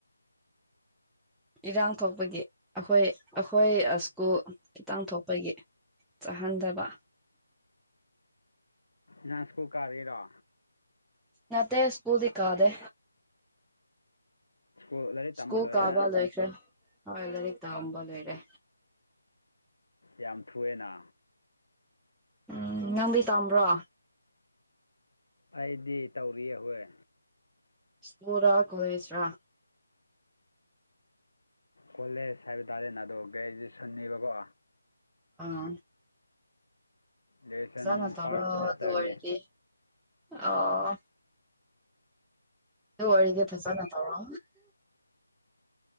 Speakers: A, in the centre; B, on the left.
A: ꯏꯔꯥꯡ ꯊꯣꯛꯄꯒꯤ ꯑꯩꯈꯣꯏ ꯑꯩꯈꯣꯏ ꯁ꯭ꯀꯨꯜ ꯈꯤꯇꯪ ꯊꯣꯛꯄꯒꯤ ꯆꯥꯍꯟꯗꯕ
B: ꯅꯪ ꯁ꯭ꯀꯨꯜ ꯀꯥꯔꯤꯔꯣ
A: ꯅꯠꯇꯦ ꯁ꯭ꯀꯨꯜꯗꯤ ꯀꯥꯗꯦ
B: ꯁ꯭ꯀꯨꯜ ꯂꯥꯏꯔꯤꯛ ꯇꯝꯕ
A: ꯁ꯭ꯀꯣꯜ
B: ꯂꯣꯏꯔꯦ
A: ꯀꯥꯕ ꯂꯣꯏꯈ꯭ꯔꯦ ꯍꯣꯏ ꯂꯥꯏꯔꯤꯛ ꯇꯝꯕ ꯂꯣꯏꯔꯦ
B: ꯌꯥꯝ ꯊꯨꯑꯦꯅ
A: ꯎꯝ ꯅꯪꯗꯤ ꯇꯝꯕ꯭ꯔꯣ
B: ꯑꯩꯗꯤ ꯇꯧꯔꯤꯌꯦ ꯑꯣꯏ
A: ꯁ꯭ꯀꯨꯜꯔ ꯀꯣꯂꯦꯁꯔꯥ
B: ꯀꯣꯂꯦꯖ ꯍꯥꯏꯕ ꯇꯥꯔꯦꯅꯦ ꯑꯗꯣ ꯒ꯭ꯔꯦꯖꯨꯑꯦꯁꯟꯅꯤꯕꯀꯣ
A: ꯑꯥ
B: ꯒ꯭ꯔꯦꯖꯨꯑꯦꯁꯟ
A: ꯐꯖꯥꯅ ꯇꯧꯔꯣ
B: ꯐꯥꯔꯁ ꯁꯦꯃꯤꯁꯇꯔꯅꯦ
A: ꯑꯗꯨ ꯑꯣꯏꯔꯗꯤ ꯑꯣ ꯑꯗꯨ ꯑꯣꯏꯔꯗꯤ ꯐꯖꯅ ꯇꯧꯔꯣ